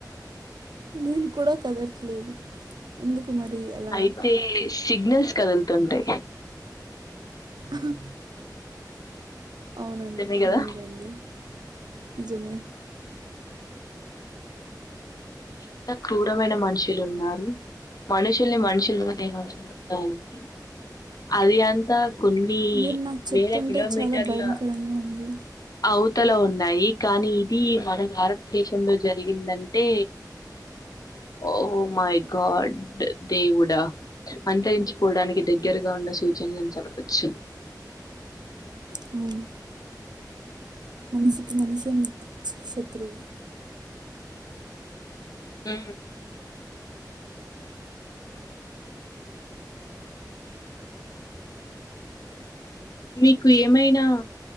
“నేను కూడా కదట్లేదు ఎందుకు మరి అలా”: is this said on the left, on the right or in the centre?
Right